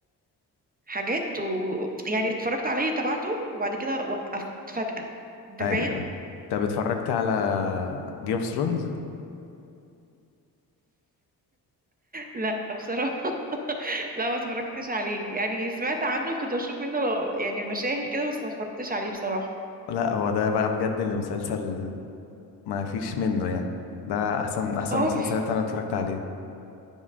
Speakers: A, on the right; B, on the left.
A: حاجات و يعني اتفرجت عليه تبعته وبعد كده وقفت فجأة انت
B: ايوه
A: فاهم
B: ايوه طب اتفرجت على جيم اوف ثرونز
A: لا بصراحة <laughs> لا ما اتفرجتش عليه يعني سمعت عنه كنت بشوف منه لو يعني مشاهد كده بس ما اتفرجتش عليه بصراحة
B: لا هو ده بقى بجد اللي مسلسل ما فيش منه يعني ده احسن احسن
A: هو
B: مسلسلات
A: <laughs>
B: انا اتفرجت عليها